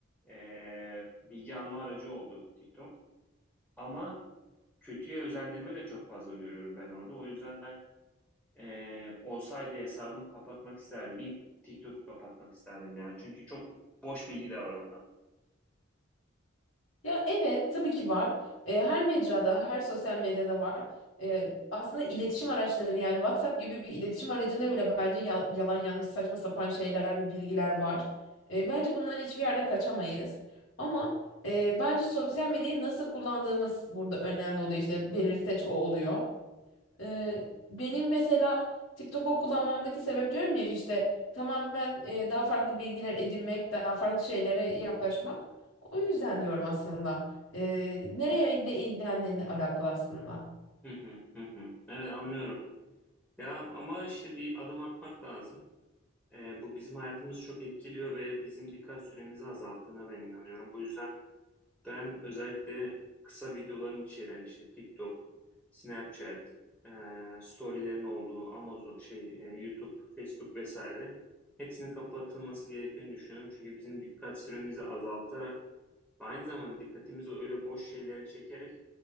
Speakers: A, in the centre; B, on the left (about 75°).
A: e, bilgi alma aracı oldu TikTok. Ama kötüye özendirme de çok fazla görüyorum ben orada. O yüzden ben Eee, olsaydı hesabımı kapatmak isterdim. İlk TikTok'u kapatmak isterdim yani. Çünkü çok boş bilgi de var orada.
B: Ya evet tabii ki var. Eee, her mecrada, her sosyal medyada var. Eee, aslında iletişim araçları yani WhatsApp gibi bir iletişim aracında bile bence ya- yalan yanlış saçma sapan şeyler ve bilgiler var. Eee, bence bundan hiçbir yerde kaçamayız. Ama eee, bence sosyal medyayı nasıl kullandığımız burada önemli oluyor işte belirteç o oluyor. Eee, benim mesela TikTok'u kullanmamdaki sebep diyorum ya işte tamam ben eee, daha farklı bilgiler edinmek, daha farklı şeylere yaklaşmak. O yüzden diyorum aslında. Eee nereye ile ilgilendiğini alakalı aslında.
A: Hı hı hı hı. Evet anlıyorum. Ya ama işte bir adım atmak lazım. Ee, bu bizim hayatımızı çok etkiliyor ve bizim dikkat süremizi azalttığına ben inanıyorum. Bu yüzden Ben özellikle kısa videoların içeren işte TikTok, Snapchat, eee, storylerin olduğu Amazon, şey, eee, YouTube, Facebook vesaire hepsinin kapatılması gerektiğini düşünüyorum. Çünkü bizim dikkat süremizi azaltarak ve aynı zamanda dikkatimizi öyle boş şeylere çekerek